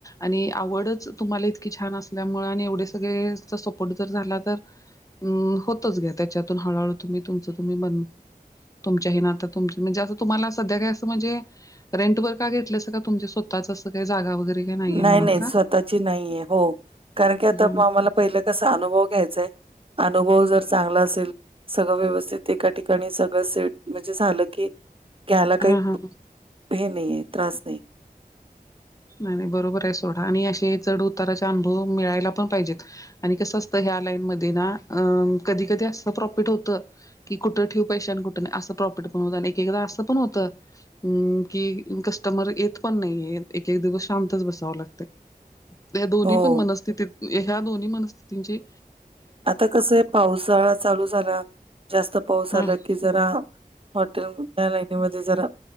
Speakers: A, on the left; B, on the right.
A: आणि आवडच तुम्हाला इतकी छान असते मुळे आणि एवढे सगळे सपोर्ट जर झाला तर अ होतच घ्या त्याच्यातून हळहळू तुम्ही तूमचं तुम्ही बन तुमच्याही ना आता तुम म्हणजे असं तुम्हाला सध्या काही असं म्हणजे रेंटवर का घेतले असं का तुमच्या स्वतःच असं काही जागा वगैरे काही नाहीये
B: नाही
A: म्हणून
B: नाही
A: का?
B: स्वतःची नाहीये हो कारण की आता
A: हा
B: आम्हाला पहिलं कसा अनुभव घ्यायचाय अनुभव जर चांगला असेल सगळं व्यवस्थित एका ठिकाणी सगळं सेट म्हणजे झालं की घ्यायला
A: हा
B: काही
A: हा
B: हे नाहीे त्रास नाही
A: आणि बरोबर आहे सोडा आणि असे चढ उताराचा अनुभव मिळायला पण पाहिजेत आणि कसं असतं ह्या लाईन मध्ये ना अ कधी कधी असत प्रॉफिट होतं की कुठं ठेऊू पैशा आणि कुठे नाही असं प्रॉफिट पण होतं आणि एक एकदा असं पण होतं अम् कि कस्टमर येत पण नाही य एक एक दिवस शांतच बसावं लागते त्या दोन्ही
B: हो
A: पण मनस्थितीत ह्या दोन्ही मनस्थितींचे
B: आता कसं आहे पावसाळा चालू झाला जास्त पाऊस
A: हा
B: आला कि जरा हॉटेल या लाईनीमध्ये जरा